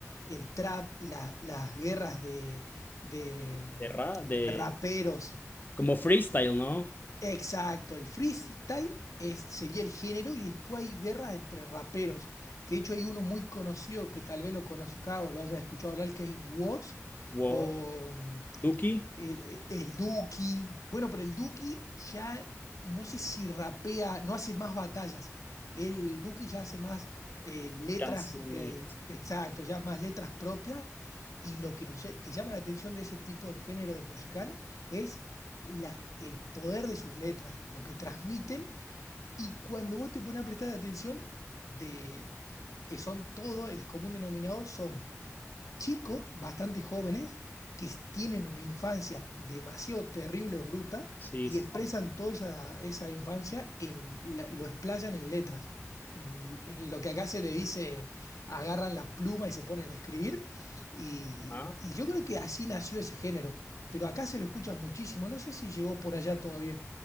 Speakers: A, on the left; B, on the left.
A: El trap, la- las guerras de, de, mm,
B: De ra, de
A: de raperos.
B: como freestyle, ¿no?
A: Exacto, el freestyle es, sería el género y después hay guerras entre raperos. Que de hecho hay uno muy conocido que tal vez lo conozca o lo haya escuchado hablar que es Woz
B: Wo-
A: o
B: Duki,
A: el, el Duki. Bueno, pero el Duki ya no sé si rapea, no hace más batallas. El Duki ya hace más eh, letras,
B: canciones.
A: eh, exacto, ya más letras propias. Y lo que nos, lle- te llama la atención de ese tipo de género de musical es la, el poder de sus letras, lo que transmiten. Y cuando vos te pones a prestar atención, de que son todo, el común denominador son chicos, bastante jóvenes, que tienen una infancia demasiado terrible o bruta
B: Sí,
A: y
B: sí,
A: expresan toda esa, esa infancia, en, la- lo explayan en letras. En, en lo que acá se le dice, agarran la pluma y se ponen a escribir. Y,
B: sí.
A: y yo creo que así nació ese género. Pero acá se lo escucha muchísimo. No sé si llegó por allá todavía.